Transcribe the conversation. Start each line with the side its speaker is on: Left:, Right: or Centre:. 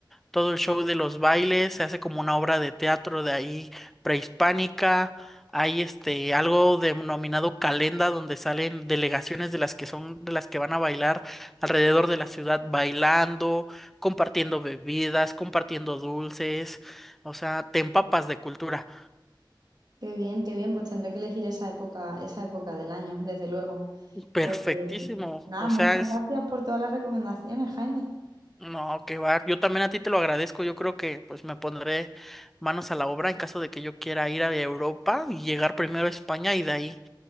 Centre: todo el show de los bailes, se hace como una obra de teatro de ahí prehispánica, hay este algo denominado calenda donde salen delegaciones de las que son, de las que van a bailar alrededor de la ciudad bailando, compartiendo bebidas, compartiendo dulces, o sea, te empapas de cultura.
Right: Qué bien, qué bien. Pues tendré que elegir esa época, esa época del año, desde luego.
Centre: Perfectísimo,
Right: Pues nada,
Centre: o
Right: muchas
Centre: sea, es
Right: gracias por todas las recomendaciones, Jaime.
Centre: No, qué va. Yo también a ti te lo agradezco. Yo creo que pues me pondré manos a la obra en caso de que yo quiera ir a Europa y llegar primero a España y de ahí